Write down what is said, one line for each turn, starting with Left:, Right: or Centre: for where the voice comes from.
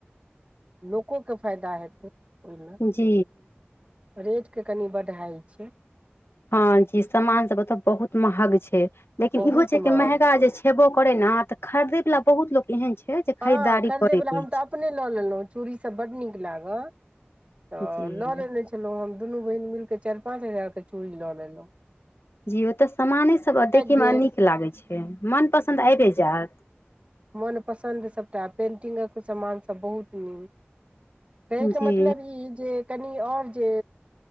Right: लोकोे फायदा हेतै ओहिमे
Left: जी
Right: रेटके कनि बड हाइ छै
Left: हँ जी सामान सब ओतऽ बहुत महग छै लेकिन
Right: बहुत
Left: इहो छै कि
Right: महग
Left: महगा
Right: छै
Left: जे छेबो कर करे न तऽ खरीदे वाला बहुत लो एहन छै जे
Right: हँ
Left: खरीदारी
Right: खरीदैवला
Left: करैत अछि
Right: हम तऽ अपने लऽ लेलहुँ चूड़ीसभ बड्ड नीक लागल तऽ
Left: जी
Right: लऽ लेने छलहुँ हम दुनू बहीन मिलि कऽ चारि पाँच हजारके चूड़ी लऽ ललेलउ
Left: जी ओ तऽ सामानेसभ देखयमे
Right: गेल
Left: नीक लागैत छै मनपसन्द आबिए जायत
Right: मनपसन्द सभटा पेन्टिंगक सामानसभ बहुत नीक कहैके
Left: जी
Right: मतलब ई जे कनि आओर जे